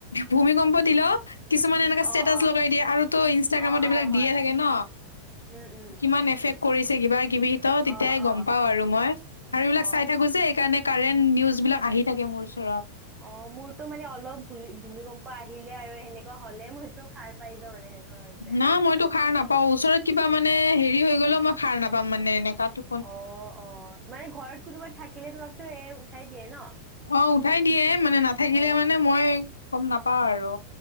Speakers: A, on the left; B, on the right.
A: ভূমিকম্প দিলেও কিছুমানে এনেকা ষ্টেটাছ
B: অ অ।
A: লগাই দিয়ে, আৰুতো ইনষ্টাগ্ৰামত
B: অ
A: এইবিলাক
B: অ হয়
A: দিয়ে থাকে ন।
B: উম উম।
A: কিমান এফেক্ট কৰিছে, কিবা কিবি ত তেতিয়াই
B: অ অ।
A: গম পাওঁ আৰু মই, আৰু এইবিলাক
B: অ।
A: চাই থাকো যে এইকাৰণে কাৰেণ্ট নিউজ বিলাক আহি থাকে মোৰ ওচৰত।
B: অ' মোৰতো মানে অলপ ভূ ভূমিকম্প আহিলে আৰু সেনেকুৱা হলে মোৰ সেইটো সাৰ পাই যাওঁ মানে সেনেকুৱা হৈ যায়।
A: না মইতো সাৰ
B: তোমাৰ
A: নাপাওঁ। ওচৰত কিবা মানে
B: অ।
A: হেৰি হৈ গ'লেও মই সাৰ নাপাম মানে এনেকুৱা টো
B: অ' অ' মানে ঘৰত কোনোবা থাকিলে তোমাকতো এ উঠাই দিয়ে ন।
A: অ' উঠাই দিয়ে, মানে নাথাকিলে
B: অঁ
A: মানে মই গম নাপাওঁ আৰু।